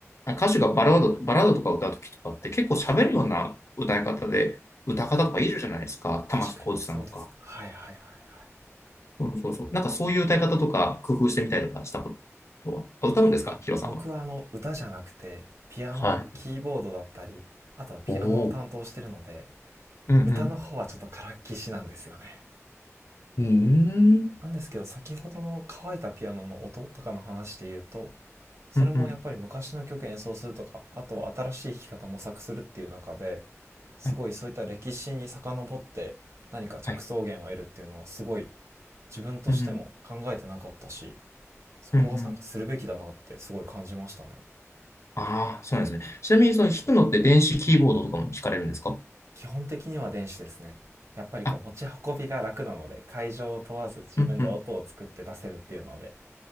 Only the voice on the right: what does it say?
はい
確かにそうですねはいはいはいはい
あ僕はあの歌じゃなくてピアノキーボードだったりあとはピアノを担当してるので
歌の方はちょっとからっきしなんですよね
なんですけど先ほどの乾いたピアノの音とかの話で言うとそれもやっぱり昔の曲演奏するとかあとは新しい弾き方模索するっていう中で
すごいそういった歴史に遡って何か着想源を得るっていうのはすごい
自分としても考えてなかったし
そこはなんかするべきだなってすごい感じましたね
基本的には電子ですねやっぱりこう持ち運びが楽なので会場を問わず自分で音を作って出せるっていうので、